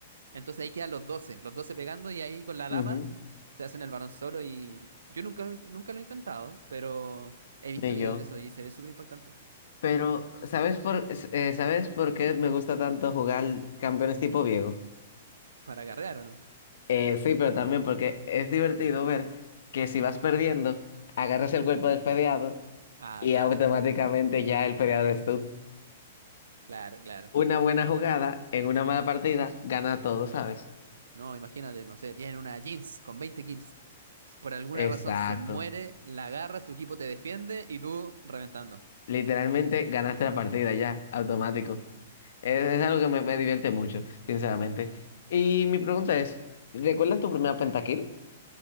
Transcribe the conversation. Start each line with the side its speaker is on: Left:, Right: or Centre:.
Right: Entonces ahí quedan los doce los 12 pegando y ahí con la
Left: Ujú.
Right: dama se hacen el varón solo y yo nunca, lo- nunca lo he intentado, pero he visto
Left: Ni
Right: videos
Left: yo.
Right: de eso y se ve súper impactante.
Left: Pero, ¿sabes por, s- eh, ¿sabes por qué me gusta tanto jugar campeones tipo viejo?
Right: ¿Para agarrear o no?
Left: Eh, sí, pero también porque es divertido ver que si vas perdiendo, agarras el cuerpo del fedeado
Right: Ah,
Left: y
Right: claro,
Left: automáticamente ya el fedeado eres tú.
Right: claro, claro.
Left: Una buena jugada en una mala partida gana todo, ¿sabes?
Right: No, imagínate, no sé, tienen una jeans con 20 kills. Por alguna
Left: Exacto.
Right: razón se muere, la agarras, tu equipo te defiende y tú reventando.
Left: Literalmente ganaste la partida ya, automático. Es,
Right: No
Left: es algo
Right: sé.
Left: que me, me divierte mucho, sinceramente. Y mi pregunta es, ¿recuerdas tu primera pentakill?